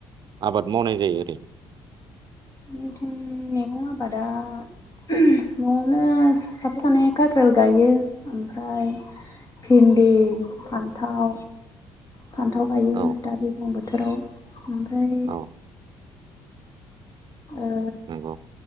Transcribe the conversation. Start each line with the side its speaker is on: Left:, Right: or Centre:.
Right: आबाद मावनाय जायो ओरै?
Left: जोंनिथिं मैगं आबादा न'आवनो साफा सानै कक्रेल गायो ओमफ्राय भिन्दि फान्थाव फान्थाव गायो
Right: औ
Left: दा दैज्लां बोथोराव ओमफ्राय
Right: औ
Left: ओ
Right: नंगौ।